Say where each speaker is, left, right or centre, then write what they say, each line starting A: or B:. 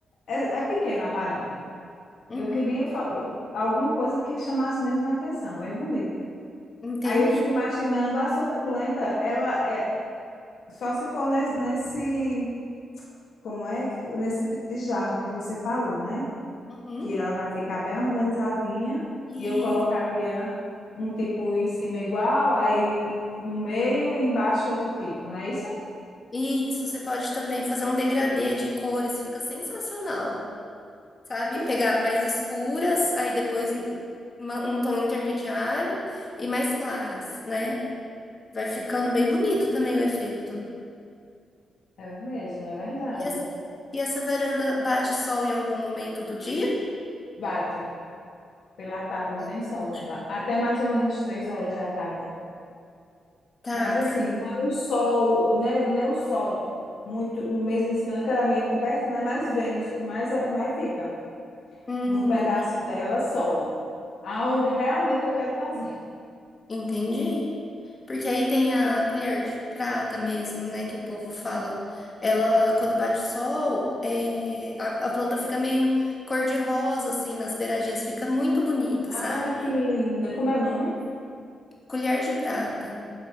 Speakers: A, on the left; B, on the left.
A: é, é pequena a varanda.
B: Uhum.
A: Eu queria fa- alguma coisa que chamasse mesmo a atenção, bem bonito.
B: Entende?
A: Aí eu fico imaginando a suculenta, ela é só se for nes- nesse, como é que tu- nesse tipo de jarro que você falou, né?
B: Uhum.
A: Que ela vai ficar bem organizadinha
B: E
A: e eu colocaria um tipo em cima igual, aí no meio e embaixo outro tipo, não é isso?
B: isso, você pode também fazer um degradê de cores, fica sensacional. sabe?
A: E-
B: Pegar mais escuras, aí depois uma- um tom intermediário e mais claras, né? Vai ficando bem bonito também o efeito.
A: É mesmo, é verdade.
B: E essa, e essa varanda bate sol em algum momento do dia?
A: Bate. Pela tarde
B: Ótimo.
A: tem sol né lá Até mais ou menos três horas da tarde.
B: Tá,
A: Mas assim,
B: porque.
A: não é um sol, não é, não é o sol muito, mesmo em cima, que ela é meio coberta, né? Mas vem, o sol- mas, mas fica
B: Hum,
A: num pedaço
B: ente-
A: dela sol. Aonde realmente eu quero fazer.
B: entendi. Porque aí tem a colher de prata mesmo, né? Que o povo fala. Ela, quando bate sol, é, a, a planta fica meio cor-de-rosa, assim, nas beiradinhas. Fica muito bonita,
A: Ai,
B: sabe?
A: que linda. Como é o nome?
B: Colher de prata.